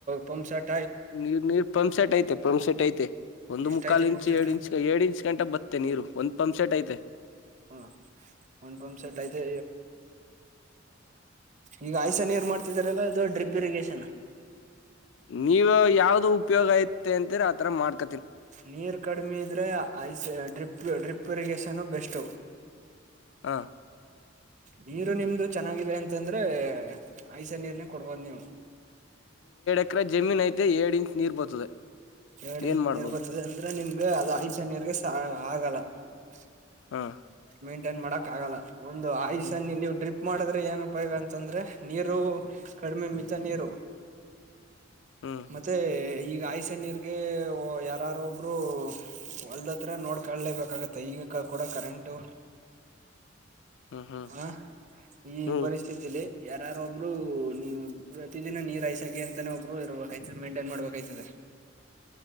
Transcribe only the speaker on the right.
ಪಂಪ್ಸಟ್
ಎಷ್ಟಐತೆ
ಪಂಪ್ ಸೆಟ್
ಹ ಒಂದ ಪಂಪ್ ಸೆಟ್ ಐತೆ ಈಗ ಆಯ್ಸ ನೀರು ಮಾಡ್ತಿದಿದ್ದಾರೆಲ್ಲ ಇದು ಡ್ರಿಪ್ ಇರಿಗಷನ್
ನೀರ್ ಕಡಿಮೆ ಇದ್ರೆ ಐಸ್ drip drip drip irrigation best
ನೀರು ನಿಮ್ದು ಚೆನ್ನಾಗಿದೆ ಅಂತಂದ್ರೆ ಆಯ್ಸ ನೀರ್ ನೆ ಕೊಡಬಹುದು ನೀವು
ಎರಡ್ ಇಂಚ್
ನೀರ್ ಬರ್ತಿದೆ ಅಂದ್ರೆ ನಿಮ್ಗೆ ಅದು ಆಯಿಷ ನೀರ್ ಗೆ ಆಗಲ್ಲ ಹ
ಮೈಂಟೈನ್ ಮಾಡಕ್ ಆಗಲ್ಲ ಒಂದು ಆಯುಷ
ನೀ ನೀವು ಡ್ರಿಪ್ ಮಾಡದ್ರೆ ಏನ್ ಉಪಯೋಗ ಅಂತಂದ್ರೆ ನೀರು ಕಡಿಮೆ ಮಿತ ನೀರು
ಮತ್ತೆ ಈಗ ಆಯ್ಸೆ ನೀರ್ ಗೆ ಯಾರಾರೊಬ್ರು ಹೊಲ್ದತ್ರ ನೋಡ್ಕೊಳ್ಳಲೇಬೇಕಾಗತ್ತೆ ಈಗ ಕೂಡ ಕರೆಂಟ್ ಟ್ಟೋ
ಹ ಈ
ಪರಿಸ್ಥಿತಲಿ ಯಾರಾರ ಒಬ್ರು ನೀ ಪ್ರತಿದಿನ ನೀರ್ ಐಸಾಕಿ ಅಂತಾನೇ ಒಬ್ರು ಇರಬೇಕಾಯ್ತದೆ ಮೈಂಟೈನ್ ಮಾಡ್ಬೇಕಾಯ್ತದೆ